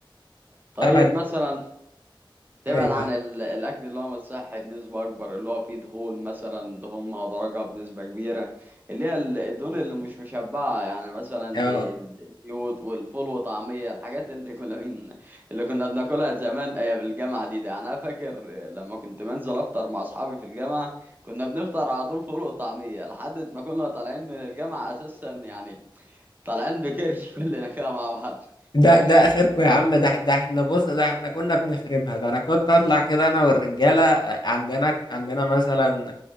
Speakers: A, on the right; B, on the left.
A: طيب
B: أبعد
A: مثلا تبعد
B: أيوه
A: عن ال- الاكل اللي هو مش صحي بنسبه اكبر اللي هو فيه دهون مثلا دهون مهدرجه بنسبه كبيره اللي هي ال- الدهون اللي مش مشبعه يعني مثلا
B: آه
A: زي ال- الزيوت والفول وطعميه الحاجات اللي كنا من اللي كنا بناكلها زمان ايام الجامعه دي ده يعني انا فاكر لما كنت بنزل افطر مع اصحابي في الجامعه كنا بنفطر على طول فول وطعميه لحد ما كنا طالعين من الجامعه اساسا يعني طالعين بكرش <laughs> كلنا كده مع بعض
B: ده
A: فاهمني
B: ده اخركم يا عم ده ده احنا بص ده احنا كنا بنخربها ده انا كنت اطلع كده انا والرجاله آه، عندنا عندنا مثلا